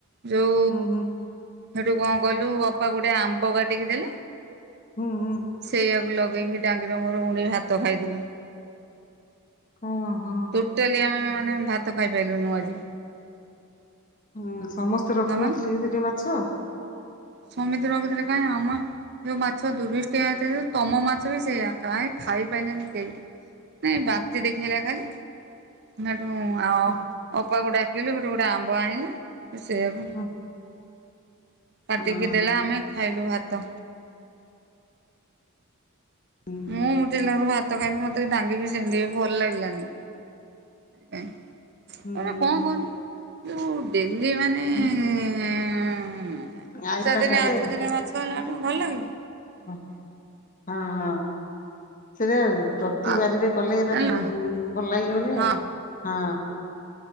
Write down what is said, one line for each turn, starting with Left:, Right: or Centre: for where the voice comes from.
Right: ଯଉ
Left: ଉଁ ହୁଁ।
Right: ହେଠୁ କଣ କଲୁ ମୋ ଅପା ଗୋଟେ ଆମ୍ବ କାଟିକି ଦେଲେ
Left: ହୁଁ ହୁଁ।
Right: ସେଇଆକୁ ଲଗେଇକି ଡାଙ୍ଗିର ମୋର ଗୁଣ୍ଡିଏ ଭାତ ଖାଇଦେଲୁ।
Left: ହଁ ହଁ।
Right: ଟୋଟାଲି ଆମେ ମାନେ ଭାତ ଖାଇପାଇଲୁନୁ ଆଜି।
Left: ହୁଁ ସମସ୍ତେ ରଖିନଥିଲେ
Right: ହଁ
Left: କି ସେଠି ମାଛ?
Right: ସମତେ ରଖିଥିଲେ କାଇଁ ଆମା ଯଉ ମାଛ ଦୂୃଷ୍ଟିଆ ହେଇଥାଏ ତମ ମାଛ ବି ସେଇଆ କାଁଇ ଖାଇପାରିଲାନି କେହି ନାଇଁ ବାନ୍ତି ଦେଖେଇଲା ଖାଲି ନାଠୁ ଅ
Left: ହଁ
Right: ଅପାକୁ ଡାକିଲି ଗୋଟେ ଗୋଟେ ଆମ୍ବ ଆଇଁଲା ସେଇୟାକୁ
Left: ହଁ।
Right: କାଟିକି
Left: ହଁ।
Right: ଦେଲା ଆମେ ଖାଇଲୁ ଭାତ।
Left: ହୁଁ
Right: ମୁଁ ମୋଟିଏ ଲାଗୁ ଭା ତ ଖାଇଲି ମତେ ଡାଙ୍ଗିବି ସେମିତି ଭଲ୍ ଲାଗିଲାନି କାଇଁ
Left: ହୁଁ
Right: ଏରା ଙ୍କ କୁହନି ଯଉ ଡେଲି ମାନେ
Left: ହୁଁ।
Right: ଚାର୍
Left: ଆଇଁଷ ଟା
Right: ଦିନି
Left: ଖାଇଲେ
Right: ଆଠ ଦିନି ମାଛ ହେଲାଟୁ ଭଲ୍ ଲାଗିବ
Left: ଓ ହଁ ହଁ ସେତେବେଳେକୁ ପ୍ରତି
Right: ଆ
Left: ବାରିରେ କଲେ ଏରା
Right: ହେଲା
Left: ଭଲ୍ ଲାଗିବନି
Right: ହଁ
Left: ଆଉ ହଁ।